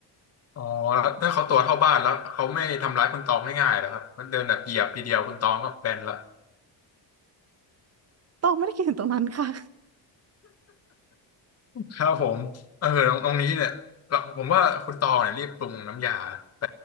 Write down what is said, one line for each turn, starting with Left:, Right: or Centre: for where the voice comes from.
Left: อ๋อแล้วถ้าเขาตัวเท่าบ้านแล้วเขาไม่ทำร้ายคุณตองง่ายๆหรอครับมันเดินแบบเหยียบทีเดียวคุณตองก็แบนละ
Right: ตองไม่ได้คิดถึงตรงนั้นค่ะ
Left: ครับผมเออตรงตรงนี้เนี่ยเราผมว่าคุณตองเนี่ยรีบปรุงน้ำยาไป